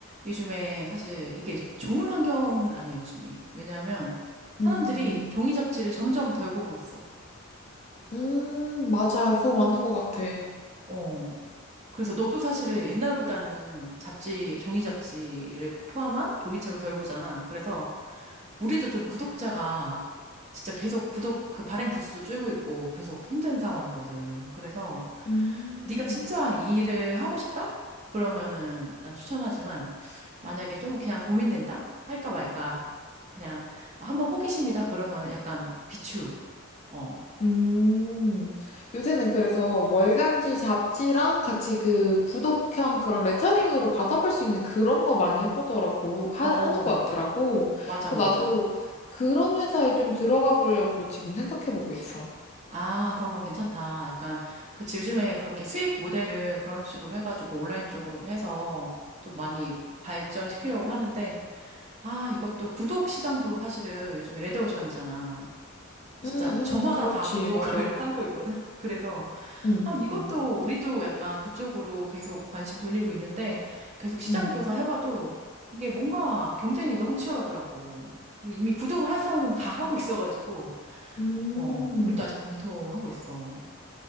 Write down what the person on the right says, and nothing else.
요즘에 사실 이게 좋은 환경은 아니야, 요즘이. 왜냐하면 사람들이
종이 잡지를 점점 덜 보고 있어.
어. 그래서 너도 사실은 옛날보다는 잡지, 종이 잡지를 포함한 종이책을 덜 보잖아. 그래서 우리도 좀 구독자가 진짜 계속 구독, 그 발행 부수도 줄고 있고 계속 힘든 상황이거든. 그래서
네가 진짜 이 일을 하고 싶다? 그러면은 난 추천하지만 만약에 좀 그냥 고민된다? 할까 말까? 그냥 한번 호기심이다 그러면은 약간 비추. 어.
어.
맞아
맞아.
아, 그런 거 괜찮다. 약간 그치 요즘에 그렇게 수익 모델을 그런 식으로 해 가지고 온라인 쪽으로도 해서 좀 많이 발전시키려고 하는데 아, 이것도 구독 시장도 사실은 요즘에 레드오션이잖아. 진짜
저마다
다 구독을
<laughs> 하고 있거든. 그래서
아, 이것도
우리도 약간 그쪽으로 계속 관심 돌리고 있는데 계속 시장
조사 해봐도 이게 뭔가 경쟁이 너무 치열하더라고. 그리고 이미 구독을 할 사람은 다 하고 있어가지고,
어, 우리도
아직 검토하고 있어.